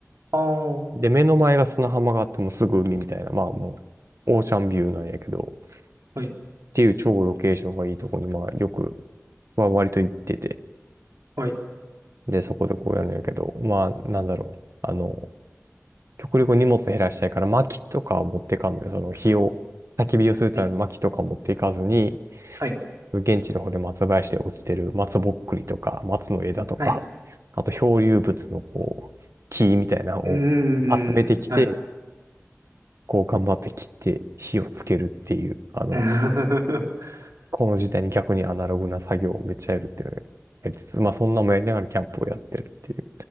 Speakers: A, on the right; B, on the right.
A: ああ、は
B: で、目の前が砂浜があってもうすぐ海みたいな、まあもう、オーシャンビューなんやけど、っ
A: い。
B: ていう超ロケーションがいいとこに、まあ、よく、は割と行ってて、
A: はい。
B: で、そこでこうやるんやけど、まあ、なんだろう。あの、極力荷物減らしたいから、薪とかを持ってかんのよ。その火を、焚き火をするための薪とか持っていかずに、
A: はい。はい。
B: 現地の方で松林で落ちてる松ぼっくりとか、松の枝とか、
A: はい。
B: あと漂流物のこう、木みたいなのを集めてきて、
A: うーん。はい。
B: こう頑張って切って火をつけるっていう、あの、
A: <laughs>
B: この時代に逆にアナログな作業をめっちゃやるっていうのをやりつつ、まあそんなもやりながらキャンプをやってるっていう。